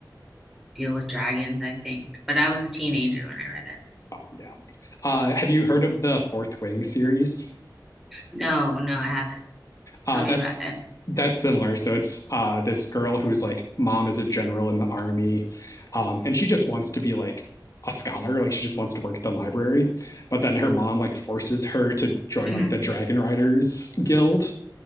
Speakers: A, in the centre; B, on the left (about 45°).
A: deal with dragons, I think. But I was a teenager when I read it.
B: oh yeah. Uh, have you heard of the Fourth Wing series?
A: No, no, I haven't.
B: Uh,
A: Tell me
B: that's
A: about it.
B: that's similar. So it's uh, this girl who's like mom is a general in the army, um, and she just wants to be like a scholar. Like she just wants to work at the library, but then her mom like forces her to join
A: hmm
B: like the Dragon Riders Guild,